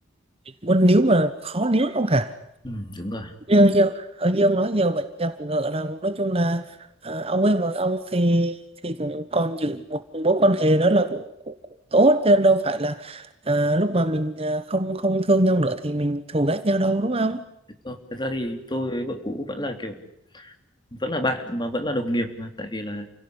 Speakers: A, on the right (about 30°); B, on the left (about 20°).
A: muốn níu mà khó níu lắm cả
B: Ừ, đúng rồi.
A: như như ở như ông nói nhiều bệnh gặp gỡ là nói chung là ờ, ông ấy và ông thì thì cũng còn giữ một mối quan hệ đó là cũng, cũng, cũng tốt chứ đâu phải là ờ, lúc mà mình ờ, không không thương nhau nữa thì mình thù ghét nhau đâu đúng không
B: Thế co- thật ra thì tôi với vợ cũ vẫn là kiểu vẫn là bạn mà vẫn là đồng nghiệp mà tại vì là